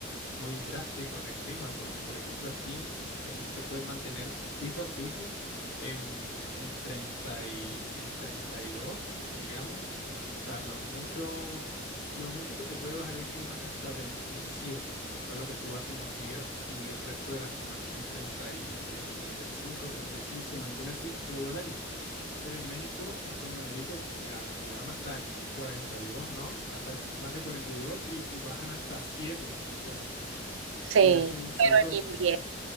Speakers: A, on the left; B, on the right.
A: muy drástico en el clima, porque por ejemplo aquí, aquí se puede mantener fijo, fijo en, en 30 y, en 32 digamos. O sea, lo mucho, lo mucho que te puede bajar el clima es hasta 27 que fue lo que estuvo hace unos días, y el resto de la semana está en 30 y, en treinta y cinco treinta y seis se mantiene así todo el año. Pero en México, hasta donde me dices, o sea, llegaron hasta 42, ¿no? Hasta más de cuarenta y, dos y y bajan hasta siete, O sea,
B: Sí,
A: ya es un salto,
B: pero en invierno.